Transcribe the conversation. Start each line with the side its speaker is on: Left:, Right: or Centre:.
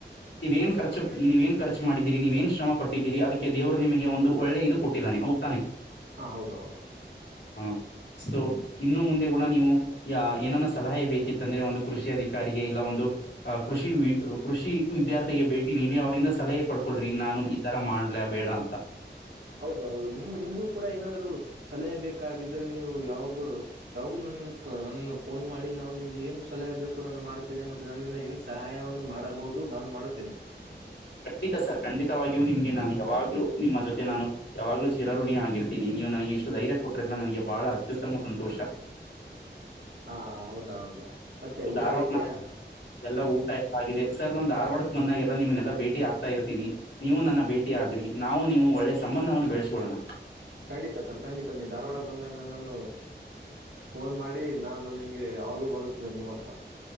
Left: ನೀವೇನ್ ಖರ್ಚ ನೀವೇನ್ ಖರ್ಚ ಮಾಡಿದೀರಿ ನೀವ್ ಏನ್ ಶ್ರಮ ಪಟ್ಟಿದ್ದೀರಿ ಅದಕ್ಕೆ ದೇವರು ನಿಮಗೆ ಒಂದು ಒಳ್ಳೆ ಇದು ಕೊಟ್ಟಿದಾನೆ ಹೌದ್ ತಾನೇ.
Right: ಹ ಹೌದ ಹೌದ
Left: ಹಾ ಸೊ ಇನ್ನು ಮುಂದೆ ಗೊಡ ನೀವು, ಯಾ ಏನನಾ ಸಲಹೆ ಬೇಕಿತ್ತಂದ್ರೆ ಒಂದು ಕೃಷಿ ಅಧಿಕಾರಿಗೆ ಇಲ್ಲ ಒಂದು ಅ ಕೃಷಿ ವಿ ಕೃಷಿ
Right: ಹೌದು
Left: ವಿದ್ಯಾರ್ಥಿಗೆ ಭೇಟಿ ನೀಡಿ ಅವ್ರಂದ ಸಲಹೆ ಪಡ್ಕೊಳ್ರಿ ನಾನು ಈ ತರ ಮಾಡ್ಲ್ಯಾ ಬೇಡ ಅಂತ.
Right: ಹೌದ ಹೌದು ನಿಮ್ಗ್ ನಿಮ್ಗೂ ಕೂಡ ಏನಾದರು ಸಲಹೆ ಬೇಕಾಗಿದ್ರೆ. ನೀವು ಯಾವಾಗು, ಯಾವ್ಗೂ ನನ್ನನ್ನ ನನ್ನನ ಫೋನ್ ಮಾಡಿ ನಾವ್ ನಿಮ್ಗೆ ಏನ್ ಸಲಹೆ ಬೇಕು ನಾನು ಮಾಡ್ತಿನಿ ಮತ್ತೆ ನನ್ನಿಂದ ಏನ್ ಸಹಾಯವನ್ನು ಮಾಡಬಹುದು ನಾನು ಮಾಡುತ್ತೇನೆ.
Left: ಖಂಡಿತ ಸರ್ ಖಂಡಿತವಾಗಿಯೂ ನಿಮಗೆ ನಾನು ಯಾವಾಗ್ಲೂ ನಿಮ್ಮ ಜೊತೆ ನಾನು, ಯಾವಾಗ್ಲೂ ಚಿರಋಣಿ ಆಗಿರ್ತೀನಿ ನೀನು ನನ್ಗೆ ಇಷ್ಟು ಧೈರ್ಯ ಕೊಟ್ಟ್ರಿಲ್ಲ ನನಗೆ ಬಹಳ ಅತ್ಯುತ್ತಮ ಸಂತೋಷ.
Right: ಹಾ ಹೌದ ಹೌದು ಮತ್ತೆ ಊಟ
Left: ಧಾರವಾಡ
Right: ಆಗಿದೆಯಾ.
Left: ಎಲ್ಲ ಊಟ ಆಗಿದೆ ಸರ್ ನಾನ್ ಧಾರವಾಡಕ್ಕೆ ಬಂದಾಗೇಲ್ಲ ನಿಮ್ನೆಲ್ಲಾ ಭೇಟಿ ಆಗ್ತಾಇರ್ತಿನಿ. ನೀವು ನನ್ನ ಭೇಟಿ ಆಗ್ರಿ ನಾವು ನೀವು ಒಳ್ಳೆ ಸಂಬಂಧವನ್ನು ಬೆಳ್ಸಕೊಳ್ಳೋಣ.
Right: ಖಂಡಿತ ಸರ್ ಖಂಡಿತ ನೀ ಧಾರವಾಡ ಬಂದಾಗ ನನ್ನನ್ನು ಫೋನ್ ಮಾಡಿ. ನಾನು ನಿಮ ಯಾವಾಗೋ ಬರುತ್ತೆ ನಿಮ್ಮ ಹತ್ರ.